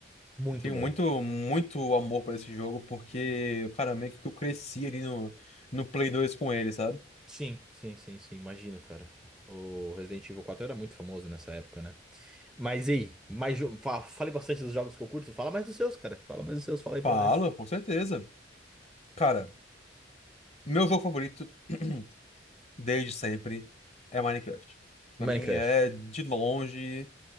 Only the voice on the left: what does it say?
Eu tenho
muito, muito amor por esse jogo, porque, cara, meio que eu cresci ali no, no Play 2 com ele, sabe?
Falo,
com certeza. Cara, meu jogo favorito, <clears throat> desde sempre, é Minecraft. Pra
mim é, de longe,